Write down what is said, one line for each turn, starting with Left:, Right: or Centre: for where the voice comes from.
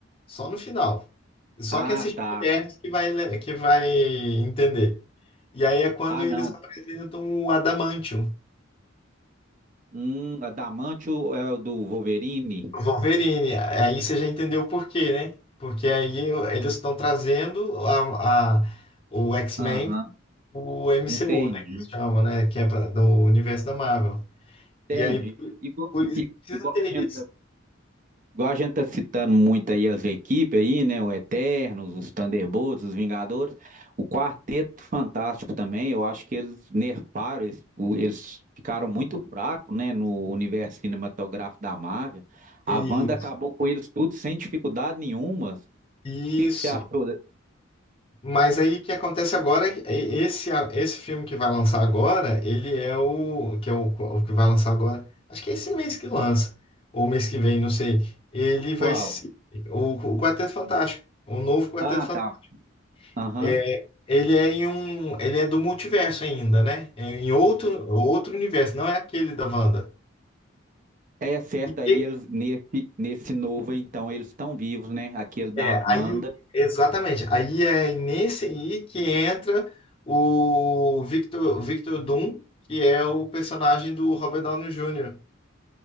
Left: só no final. Só
Right: Ah,
Left: quem assistiu
Right: tá.
Left: Eternos que vai, le- que vai entender. E aí é quando
Right: Ah,
Left: eles
Right: não.
Left: apresentam o Adamantium,
Right: Hum, Adamantio é o do Wolverine.
Left: o Wolverine. Aí você já entendeu o porquê, né? Porque aí eles estão trazendo a, a- o X-Men,
Right: Aham,
Left: o MCU,
Right: entendi.
Left: né? Que eles chamam, né? Que é pra- do universo da Marvel. E
Right: Entendi.
Left: aí, por
Right: Igual,
Left: por isso,
Right: i-
Left: precisa
Right: igual
Left: ter
Right: a gente
Left: isso.
Right: Igual a gente tá citando muito aí as equipes aí, né? O Eternos, os Thunderbolts, os Vingadores, o Quarteto Fantástico também, eu acho que eles nerfaram, eles, o- eles ficaram muito fracos, né? No universo cinematográfico da Marvel. A
Left: E-
Right: Wanda acabou com eles tudo sem dificuldade nenhuma. O
Left: Isso.
Right: que que você achou? da-
Left: Mas aí o que acontece agora é que e- esse esse filme que vai lançar agora, ele é o que é o, o que vai lançar agora. Acho que é esse mês que lança ou mês que vem, não sei. Ele vai
Right: Qual?
Left: ser o, o Quarteto Fantástico, o novo Quarteto
Right: Ah,
Left: Fantástico.
Right: tá. Aham.
Left: É, ele é em um, ele é do multiverso ainda, né? É em outro outro universo, não é aquele da Wanda.
Right: É certo, aí
Left: E,
Right: eles nesse, nesse novo, então, eles estão vivos, né? Aquele da
Left: É,
Right: Wanda.
Left: aí, o- exatamente. Aí é nesse aí que entra o Victor, Victor Doom, que é o personagem do Robert Downey Jr.